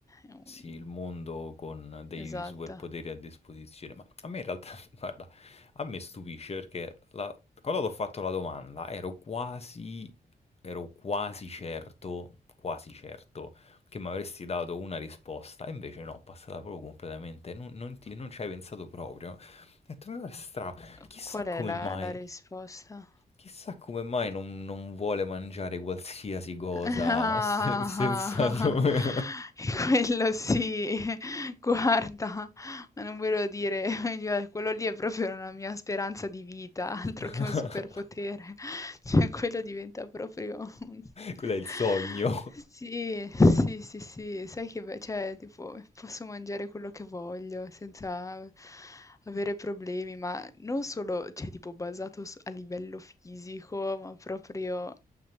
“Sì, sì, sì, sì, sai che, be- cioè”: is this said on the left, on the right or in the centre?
Left